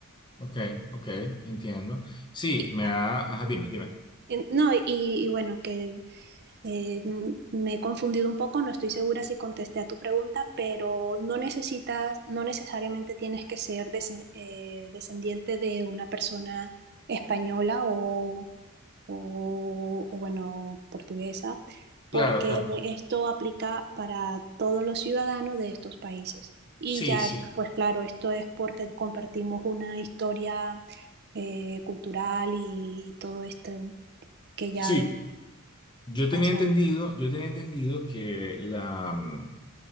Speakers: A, on the left; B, on the right.
A: ok, ok, entiendo. Sí,
B: Y,
A: me ha... Ajá, dime, dime.
B: y- no, y, y bueno, que eh, mm, me he confundido un poco, no estoy segura si contesté a tu pregunta, pero no necesitas, no necesariamente tienes que ser dese- eh, descendiente de una persona española o o, o, bueno, portuguesa,
A: Claro,
B: porque
A: claro.
B: esto aplica para todos los ciudadanos de estos países. Y
A: Sí,
B: ya,
A: sí.
B: es, pues claro, esto es porque compartimos una historia eh, cultural y todo esto que ya
A: Sí, yo
B: pasa.
A: tenía entendido, yo tenía entendido que la... mm,